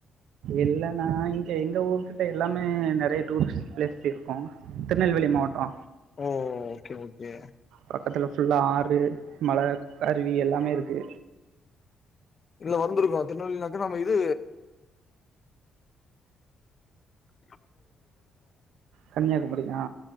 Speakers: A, on the right; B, on the left.
A: இல்ல நா இங்க எங்க ஊர் கிட்ட எல்லாமே நெறைய டூரிஸ்ட் பிளேஸ் இருக்கு திருநெல்வேலி மாவட்டோ
B: ஓ ஓகே ஓகே
A: பக்கத்துல ஃபுல்லா ஆறு மல அருவி எல்லாமே இருக்கு
B: இல்ல வந்ருக்கோ திருநெல்வேலினாக்கா நம்ம இது அ
A: கன்னியாகுமரி அ